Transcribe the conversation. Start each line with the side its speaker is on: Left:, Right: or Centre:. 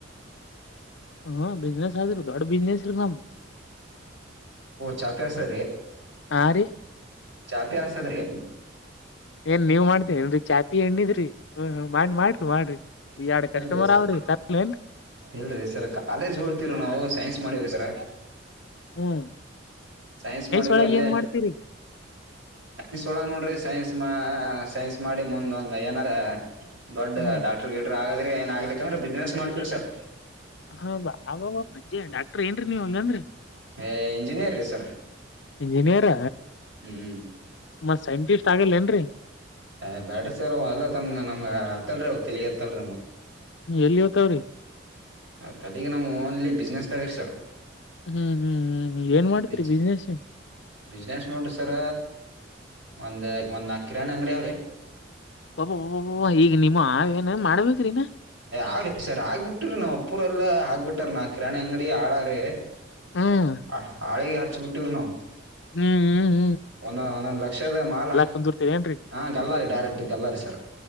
Left: ಹ್ಮ ಬಿಸ್ನೆಸ್ ಆದಿರು ದೊಡ್ ಬಿಸ್ನೆಸ್ ಇರ ನಮ್ದ.
Right: ಚಾತೆ ಅತ ರೀ.
Left: ಹಾ ರೀ
Right: ಚಾಪಿ ಹಸಾದ್ರಿ.
Left: ಏನ್ ನೀವ್ ಮಾಡ್ತೇನ್ರಿ ಚಾಪಿ ಎಣ್ಣಿದ್ರಿ ಹ ಮಾಡಿ ಮಾಡ್ರಿ ಮಾಡ್ರಿ. ಎರಡ್ ಕಸ್ಟಮರ್
Right: ಇಲ್ರಿ ಸರ್
Left: ಅವ್ರಿ ತರ್ಲೇನ್ರಿ
Right: ಇಲ್ರರಿ ಸರ್ ಕಾಲೇಜ್ ಹೊಡ್ತಿರ ನಾವು. ಸೈನ್ಸ್ ಮಾಡವ್ರಿ ಸರ.
Left: ಹ್ಮ್
Right: ಸೈನ್ಸ್ ಮಾಡ್ರರು
Left: ಒಳಗ್
Right: ಅಲ್ಲೇ.
Left: ಏನ್ ಮಾಡ್ತೀರಿ
Right: ಸ್ ಸೊಳಗ್ ನೋಡ್ರಿ ಸೈನ್ಸ್ ಸೈನ್ಸ್ ಮಾಡಿ ಮುಂದ್ ಒಂದ್ ಏನಾರ. ದೊಡ್ಡ
Left: ಹ್ಮ್
Right: ಡಾಕ್ಟರ್ ಗಿಡ್ರರ್ ಹಾಗಗ್ರೆ ಏನ್ ಆಗ್ಲಿಕ್ ಅಂದ್ರೆ ಬಿಸ್ನೆಸ್ ಮಾಡ್ತರಿ ಸರ್.
Left: ಹ ಬಾ ಅವ ಮಜ್ಜ ಡಾಕ್ಟರ್ ಏನ್ರೀ ನೀವ್ ಹಂಗಂದ್ರಿ.
Right: ಏ ಇಂಜಿನಿಯರ್ ರೀ ಸರ್.
Left: ಇಂಜಿನಿಯರ್
Right: ಹ್ಮ್
Left: ಮತ್ ಸೈಂಟಿಸ್ಟ್ ಆಗಲ್ಲ ಏನ್ರರಿ.
Right: ಹ್ ಬ್ಯಾಡ್ರ ಸರ್ ಅವ ಎಲ್ಲಾ ತಮ ನಮ್ಗ ಅತ್ತಲ್ರಿ ಅವ ತಲೆಗ್ ಅತ್ತಲ್ರಿ ನಮ್ಗ.
Left: ಎಲ್ಲಿ ಇವತಾವ್ರಿ.
Right: ತಲಗ ನಮ್ ಓನ್ಲಿ ಬಿಸ್ನೆಸ್ ಸರ್.
Left: ಹ್ಮ್ ಹ್ಮ್ ಹ್ಮ್ ಏನ್ ಮಾಡ್ತೀರಿ
Right: ಜ್
Left: ಬಿಸ್ನೆಸ್
Right: ಬಿಸ್ನೆಸ್ ನೋಡ್ರಿ ಸರ. ಒಂದ ಒಂದ್ ಕಿರಾಣಿ ಅಂಗಡಿ ಅವ್ರಿ.
Left: ಒಬ್ಬ ಒಬಬ ಈಗ ನಿಮ್ಮ ಆ ಏನೇನ್ ಮಾಡ್ಬೇಕ್ರೀನಾ.
Right: ಅವ್ರರಿ ಸರಿ ಆಗ್ಬಿಟ್ರೀ ನಾವ್ ಅಪ್ಪುರಲ್ಲ ಆಗ್ಬಿಟ್ರ ನಾಕ್ ಕಿರಾಣಿ ಅಂಗಡಿ ಆಳಾರೀ.
Left: ಹ್ಮ್
Right: ಹ ಹಾಳಿಗೆ ಹಚ್ಚಬಿಟ್ಟವ್ರ ನಾವು.
Left: ಹ್ಮ್ ಹ
Right: ಒಂದೊ ಒಂದೊಂದು ಲಕ್ಷದ ಮಾಲ
Left: ಕುಂದಿರ್ತರಿ ಏನ್ರರಿ
Right: ಹಾ ಗಲ್ಲಾರಿ ಡೈರೆಕ್ಟ್ ಗಲ್ಲರಿ ಸರ್.